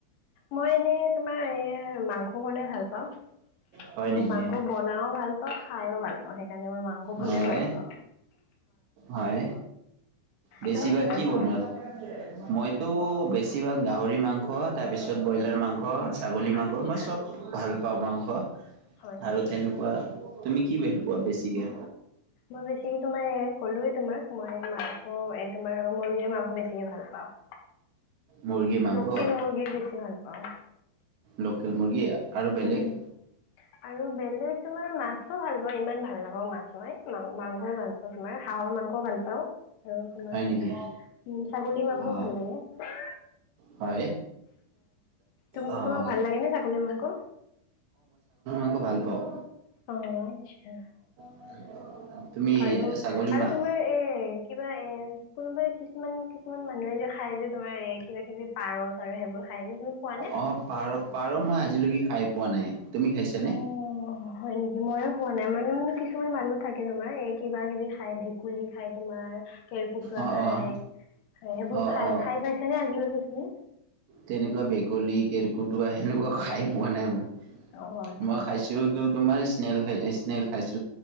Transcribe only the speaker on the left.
মই এনেই তোমাৰ এ, মাংস বনাই ভাল পাওঁ।
মই
মাংস বনাইও ভাল পাওঁ, খাইও ভাল পাওঁ সেইকাৰণে মই মাংস
বনাই ভাল পাওঁ।
তুমি ভাল
পোৱা
আচ্ছা
হয় নেকি
মই বেছিকে তোমাৰ এই কলোৱে তোমাক মই মাংস, এ তোমাৰ মুৰ্গীৰ মাংস বেছিকে ভাল পাওঁ।
লোকেল মুৰ্গী বেছি ভাল পাওঁ
উম আৰু বেলেগ তোমাৰ মাছো ভাল পাওঁ ইমান ভাল নাপাওঁ মাছ মই মা মাংসই ভাল পাওঁ তোমাৰ আৰু মাংস পা আৰু তোমাৰ
উ ছাগলী মাংস
ভাল লাগে
উু
তোমাক ভাল লাগে ন ছাগলী মাংস
অ', আচ্ছা।
আৰু,
আৰু
তোমাৰ এ, কিবা এ কোনোবাই কিছুমান কিছুমান মানুহে যে খাই যে তোমাৰ এ কিবা কিবি পাৰ-চাৰ' আৰু সেইবোৰ খাই যে, তুমি খোৱা নে?
অ', হয় নেকি ময়ো খোৱা নাই। মানে মোৰ কিছুমান মানুহ থাকে তোমাৰ এই কিবা কিবি খাই ভেকুলী খাই তোমাৰ কেৰকটোৱা
খাই।
এইবোৰ
খাই-খাই
পাইছা নে আজিলৈকে তুমি?
অ' আচ্ছা